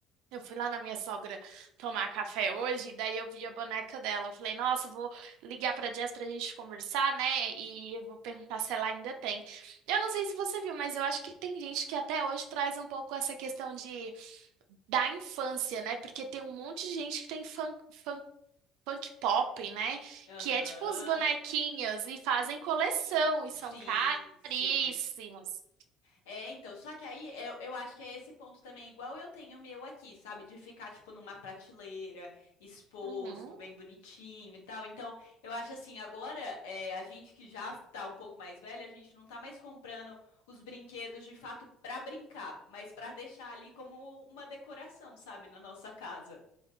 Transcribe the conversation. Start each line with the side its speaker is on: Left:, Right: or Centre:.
Right: Eu fui lá na minha sogra tomar café hoje, e daí eu vi a boneca dela. Eu falei, nossa, eu vou ligar pra Jess pra gente conversar, né? E eu vou perguntar se ela ainda tem. Eu não sei se você viu, mas eu acho que tem gente que até hoje traz um pouco essa questão de da infância, né? Porque tem um monte de gente que tem fã, fã- Punk pop, né?
Left: Aham.
Right: Que é tipo os bonequinhos e fazem coleção e
Left: Sim,
Right: são
Left: sim.
Right: caríssimos.
Left: É, então, só que aí eu, eu acho que é esse ponto também, igual eu tenho o meu aqui, sabe? De ficar, tipo, numa prateleira, exposto,
Right: Uhum.
Left: bem bonitinho e tal. Então, eu acho assim, agora é, a gente que já tá um pouco mais velha, a gente não tá mais comprando os brinquedos de fato pra brincar, mas pra deixar ali como uma decoração, sabe? Na nossa casa.